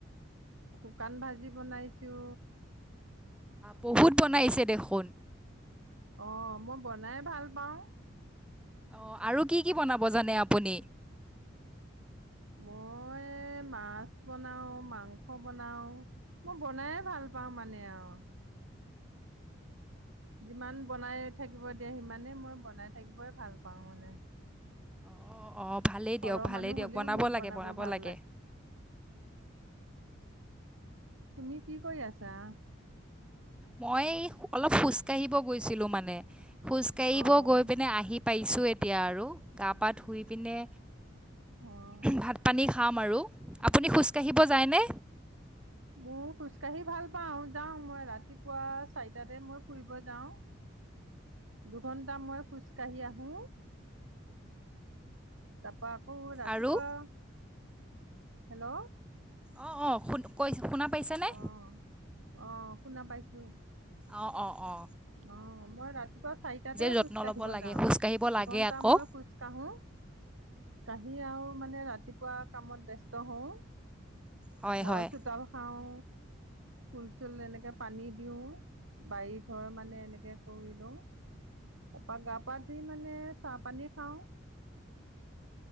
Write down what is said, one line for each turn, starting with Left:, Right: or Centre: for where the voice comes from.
Right: শুকান ভাজি বনাইছো।
Centre: বহুত বনাইছে দেখোন
Right: অহ মই বনাই ভাল পাওঁ
Centre: অ আৰু কি কি বনাব জানে আপুনি
Right: মই মাছ বনাওঁ মাংস বনাওঁ মই বনাই ভাল পাওঁ মানে আও যিমান বনাই থাকিব দিয়া সিমানেই মই বনাই থাকিবই ভাল পাওঁ মানে
Centre: অ অ ভালেই
Right: সৰহ
Centre: দিয়ক ভালেই
Right: মানুহ
Centre: দিয়ক
Right: হ'লেও
Centre: বনাব
Right: মোৰ
Centre: লাগে বনাব
Right: ভাল
Centre: লাগে।
Right: তুমি কি কৰি আছা
Centre: মই অলপ খোজকাাঢ়িব গৈছিলোঁ মানে। খোজকাাঢ়িব
Right: অ',
Centre: গৈ পিনে আহি পাইছোঁ এ তিয়া আৰু গা পা ধুই পিনে।
Right: অহ
Centre: ভাত পানী খাম আৰু আপুনি খোজকাঢ়িব যায়নে
Right: মোৰ খোজকাঢ়ি ভাল পাও যাও মই ৰাতিপুৱা চাৰিটাতে মই ফুৰিব যাও দুঘন্টা মই খোজকাঢ়ি আহো তাৰপা আকৌ ৰাতিপুৱা
Centre: আৰু
Right: হেল্ল'
Centre: অ অ শুন কৈছো শুনা পাইছেনে
Right: অ', অ শুনা পাইছো
Centre: অ অ অ
Right: অ মই ৰাতিপুৱা চাৰিটাতে
Centre: যত্ন
Right: খোজ কাঢ়িব
Centre: ল'ব লাগে
Right: যাওঁ
Centre: খোজকাঢ়িব
Right: দুঘন্টা
Centre: লাগে আকৌ
Right: মই খোজ কাঢ়ো কাঢ়ি আৰু মানে ৰা তিপুৱা কামত ব্যস্ত হও
Centre: হয়
Right: ঘৰ
Centre: হয়
Right: চোতাল সাও ফুল চুল এনেকে পানী দিওঁ বাৰীত। ঘৰ মানে এনেকে কৰি লওঁ তাৰপা গা পা ধুই মানে চাহ পানী খাওঁ